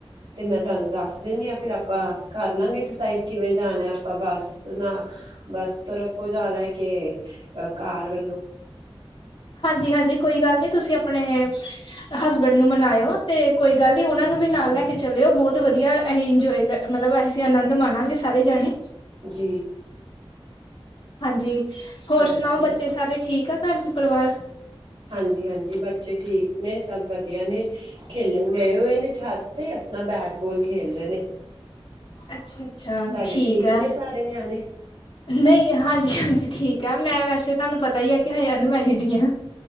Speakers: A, on the right; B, on the left.
A: ਤੇ ਮੈਂ ਤੁਹਾਨੂੰ ਦੱਸ ਦਿੰਨੀ ਆ ਫ਼ਿਰ ਆਪਾਂ ਕਰ ਲਾਗੇ ਡਿਸਾਈਡ ਕਿਵੇਂ ਜਾਣਾ ਆਪਾਂ ਬੱਸ ਨਾ ਬੱਸ ਤਰਫੋਂ ਜਾਣਾ ਕਿ ਕਾਰ ਵੱਲੋਂ।
B: ਹਾਂਜੀ ਹਾਂਜੀ ਕੋਈ ਗੱਲ ਨਹੀਂ ਤੁਸੀਂ ਆਪਣੇ ਹਸਬੈਂਡ ਨੂੰ ਮਨਾਈਓ ਤੇ ਕੋਈ ਗੱਲ ਨੀ ਉਹਨਾਂ ਨੂੰ ਵੀ ਨਾਲ ਲੈ ਕੇ ਚੱਲਿਓ, ਬਹੁਤ ਵਧੀਆ ਅਸੀਂ ਇੰਜੋਵਏ ਕਰ ਮਤਲਬ ਅਸੀਂ ਆਨੰਦ ਮਾਣਾਂਗੇ ਸਾਰੇ ਜਾਣੇ।
A: ਜੀ।
B: ਹਾਂਜੀ ਹੋਰ
A: ਹਾਂਜੀ
B: ਸੁਣਾਓ ਬੱਚੇ
A: ਹਾਂ
B: ਸਾਰੇ ਠੀਕ ਆ ਘਰ ਪਰਿਵਾਰ।
A: ਹਾਂਜੀ, ਹਾਂਜੀ ਬੱਚੇ ਠੀਕ ਨੇ ਸਭ ਵਧੀਆ ਨੇ ਖੇਲਣ ਗਏ ਹੋਏ ਆਪਣਾ ਛੱਤ ਤੇ ਆਪਣਾ ਬੈਟ ਬਾਲ ਖੇਲ ਰਹੇ ਨੇ।
B: ਅੱਛਾ, ਅੱਛਾ
A: ਤੁਹਾਡੇ
B: ਠੀਕ ਐ।
A: ਨੇ ਸਾਰੇ ਨਿਆਣੇ
B: ਨਹੀਂ ਹਾਂਜੀ, ਹਾਂਜੀ ਠੀਕ ਆ ਮੈਂ ਵੈਸੇ ਤੁਹਾਨੂੰ ਪਤਾ ਹੀ ਆ ਕਿ ਹਜੇ ਅਨਮੈਰਿਡ ਹੀ ਹਾਂ।